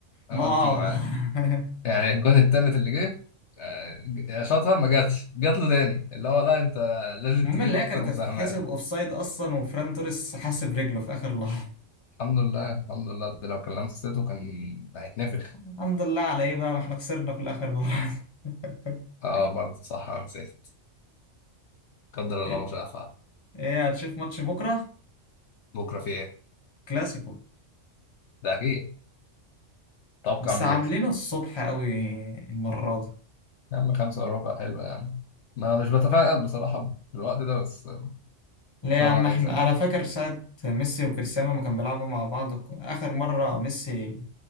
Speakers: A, on the left (about 25°); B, on the left (about 65°).
A: ما
B: الواد
A: آه.
B: تيجي معاه
A: <laughs>
B: يعني الجون التالت اللي جه آه، شاطها ما جاتش جات له تاني اللي هو لا انت لازم
A: المهم
B: تجيب
A: اللي
B: اكتر
A: هي كانت
B: مساهمات
A: هتتحسب اوفسايد اصلا وفران توريس حاسب رجله في اخر لحظه
B: الحمد لله الحمد لله ده لو كان لمسته كان هيتنفخ
A: الحمد لله على ايه بقى ما احنا خسرنا في الاخر بقى <laughs>
B: اه برضه صح انا نسيت قدر الله
A: ايه
B: ما شاء فعل
A: إيه، هتشوف ماتش بكره
B: بكره في ايه
A: كلاسيكو
B: ده اكيد توقع
A: بس
B: مين
A: عاملينه
B: يكسب
A: الصبح قوي المرة دي
B: يا عم خمسة وربع حلوة يا عم ما مش بتفائل بصراحة في الوقت ده بس ان
A: ليه
B: شاء
A: يا عم
B: الله
A: احنا
B: نكسب يعني
A: انا فاكر ساعة ميسي وكريستيانو لما كانوا بيلعبوا مع بعض اخر مرة ميسي